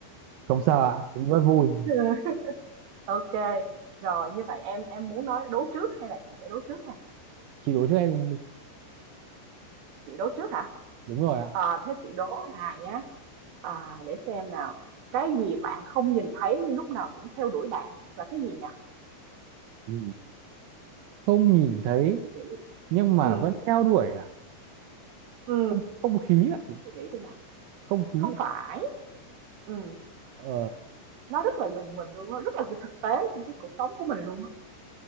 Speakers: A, on the right; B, on the right.
A: Không sao ạ, cũng rất vui.
B: <laughs> ok rồi như vậy em em muốn nói đố trước hay là chị sẽ đố trước nè
A: Chị đố trước em đi.
B: chị đố trước hả
A: Đúng rồi ạ.
B: Ờ, thế chị đố Hà nhé à, để xem nào cái gì bạn không nhìn thấy nhưng lúc nào cũng theo đuổi bạn là cái gì nhỉ
A: Ừ. Không nhìn thấy
B: suy nghĩ
A: nhưng mà
B: ừ
A: vẫn theo đuổi à?
B: ừ
A: Không không khí ạ chị.
B: suy nghĩ đi nào
A: Không khí.
B: không phải ừ
A: Ờ
B: nó rất là gần mình luôn nó rất là thực tế trong cái cuộc sống của mình luôn á